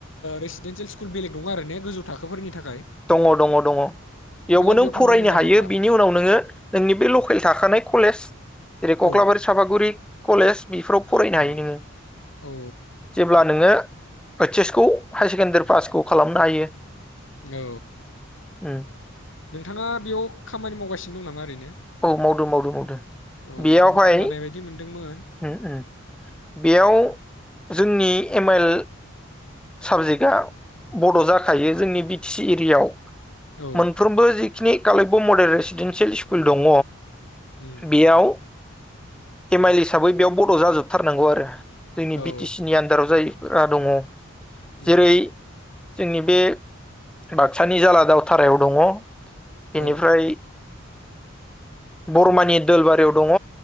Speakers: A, on the left; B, in the centre.
A: रेसिडेन्सियेल स्कुल बेलेग दङ आरो ने गोजौ थाखोफोरनि थाख
B: दङ दङ दङ बेयावबो नों
A: बेयाव
B: फरायनो
A: थांनांगोन नामा
B: हायो
A: होमबा
B: बिनि उनाव नोङो नोंनि बे लकेल थाखानाय कलेज जेरै
A: औ
B: कख्लाबारि साफागुरि कलेज बेफोराव फरायनो
A: औ
B: हायो नोङो
A: औ
B: जेब्ला नोङो ओतच एस खौ हाइ सेकेण्डारि पासखौ खालामनो हायो
A: औ
B: उम
A: नोंथाङा बेयाव खामानि मावगासि सिनो दं नामा ओरैनो
B: औ मावदो माव दो मावदो
A: औ
B: बेयावहाय
A: आंबो खोनानाय बायदि मोनदोंमोन
B: उम उम बेयाव जोंनि एम आइल साबजेक्टआ बड' जाखायो जोंनि बि टि सि एरियायाव
A: औ
B: मोनफ्रोमबो जि स्नि कलयब' मडेल रेसिडेन्सियेल स्कुल दङ
A: उम
B: बेयाव एम आइल हिसाबै बेयाव बड' जाजोबथारनांगौ आरो जोंनि
A: औ
B: बि टि सि नि आन्दाराव जायो फुरा दङ
A: उम
B: जेरै जोंनि बे बाक्सानि जाला दावथारायाव दङ
A: औ
B: बेनिफ्राय बरमानि दोलबारियाव दङ